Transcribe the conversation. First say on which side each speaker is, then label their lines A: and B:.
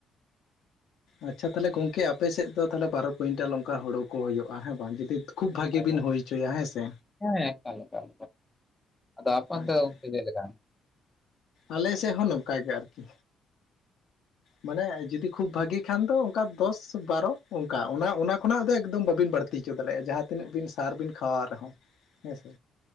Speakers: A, on the left; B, on the left.
A: ᱟᱪᱪᱷᱟ ᱛᱟᱦᱚ ᱞᱮ ᱜᱚᱝᱠᱮ ᱟᱯᱮ ᱥᱮᱫ ᱫᱚ ᱚᱱᱠᱟ ᱵᱟᱨᱚ ᱠᱩᱭᱤᱱᱴᱟᱞ ᱚᱱᱠᱟ ᱦᱳᱲᱩ ᱠᱚ ᱦᱩᱭᱩᱜᱼᱟ ᱦᱮᱸ ᱵᱟᱝ ᱡᱩᱫᱤ ᱠᱷᱩᱵ ᱵᱷᱟᱹᱜᱤ
B: ᱦᱳᱭ᱾
A: ᱵᱤᱱ ᱦᱩᱭ ᱚᱪᱚᱭᱟ ᱦᱮᱸ ᱥᱮ
B: ᱦᱮᱸ ᱮᱠᱟᱞ ᱮᱠᱟᱞ ᱟᱫᱚ ᱟᱯᱮ ᱚᱱᱛᱮ
A: ᱟᱪᱪᱷᱟ
B: ᱪᱮᱫ ᱞᱮᱠᱟ
A: ᱟᱞᱮ ᱥᱮᱫ ᱦᱚᱸ ᱱᱚᱝᱠᱟ ᱜᱮ ᱟᱨᱠᱤ ᱢᱟᱱᱮ ᱡᱩᱫᱤ ᱠᱷᱩᱵ ᱵᱷᱟᱜᱤ ᱠᱷᱟᱱ ᱫᱚ ᱚᱱᱠᱟ ᱫᱚᱥ ᱵᱟᱨᱚ ᱚᱱᱠᱟ ᱚᱱᱟ ᱚᱱᱟ ᱠᱷᱚᱱᱟᱜ ᱫᱚ ᱮᱠᱫᱚᱢ ᱵᱟᱵᱤᱱ ᱵᱟᱹᱲᱛ ᱛᱤ ᱦᱚᱪᱚ ᱫᱮᱲᱟᱜᱼᱟ ᱡᱟᱦᱟᱸ ᱛᱤᱱᱟᱹᱜ ᱵᱤᱱ ᱥᱟᱨ ᱵᱤᱱ ᱠᱷᱟᱣᱟᱣ ᱨᱮᱦᱚᱸ ᱦᱮᱸᱥᱮ